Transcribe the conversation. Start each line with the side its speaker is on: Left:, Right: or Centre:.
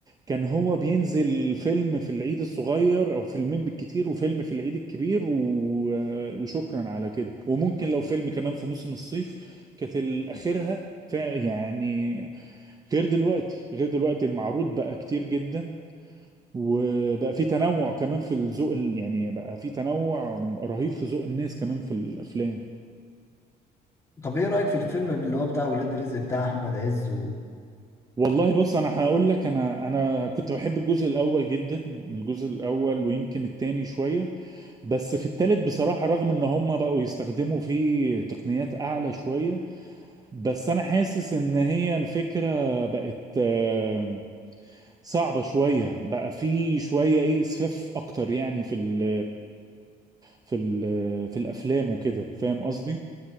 Right: كان هو بينزل فيلم في العيد الصغير او فيلمين بالكتير وفيلم في العيد الكبير و... آه، وشكرا على كده وممكن لو فيلم كمان في موسم الصيف كانت اخرها فع- يعني غير دلوقتي غير دلوقتي المعروض بقى كتير جدا وبقى في تنوع كمان في الذوق ال- يعني بقى في تنوع رهيب في ذوق الناس كمان في الافلام
Left: طب ايه رأيك في الفيلم اللي هو بتاع ولاد رزق بتاع احمد عز
Right: والله بص انا هقول لك انا انا كنت بحب الجزء الاول جدا الجزء الاول ويمكن التاني شويه بس في التالت بصراحه رغم ان هم بقوا يستخدموا فيه تقنيات اعلى شويه بس انا حاسس ان هي الفكره بقت آه، صعبه شويه بقى في شويه ايه اسفاف اكتر يعني في ال في ال في الافلام وكده فاهم قصدي